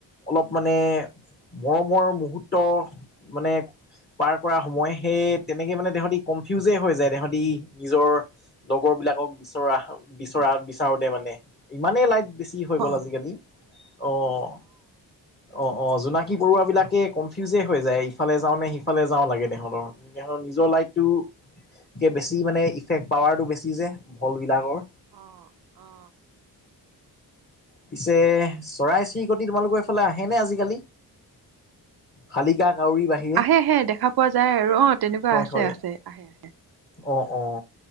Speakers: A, on the left (about 25°); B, on the right (about 60°).
A: অলপ মানে, মৰমৰ মুহূৰ্ত মানে, পাৰ কৰা সময় সে তেনেকে মানে তেহঁতি কনফিউজে হৈ যায় তেহঁতি নিজৰ লগৰ বিলাকক বিচৰা বিচৰা বিচাৰোতে মানে ইমানেই লাইট বেছি হৈ গ'ল
B: অ
A: আজিকালি, অ', অ', অ', জোনাকী পৰুৱাবিলাকে কনফিউজে হৈ যায় ইফালে যাওঁ নে সিফালে যাওঁ লাগে দে। ধৰণৰ তেতিয়া নিজৰ লাইটটোৰকে বেছি মানে ইফেক্ট পাৱাৰটো বেছ ছি যে ভল বিলাকৰ।
B: অ', অ,
A: পিছে চৰাই চিৰিকটি তোমালোকৰ এইফালে আহেনে আজিকালি? শালিকা। কাউৰীৰ বাহিৰে
B: আহে আহে দেখা পোৱা যায় আৰু অ', তেনেকুৱা
A: হয়
B: আছে
A: হয়
B: আছে আহে।
A: অ', অ,